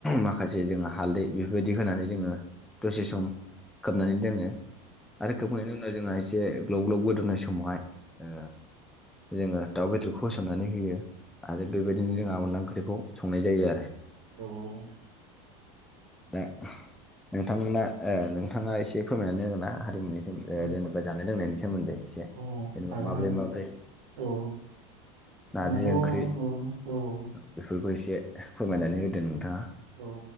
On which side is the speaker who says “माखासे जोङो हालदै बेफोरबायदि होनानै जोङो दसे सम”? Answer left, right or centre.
Centre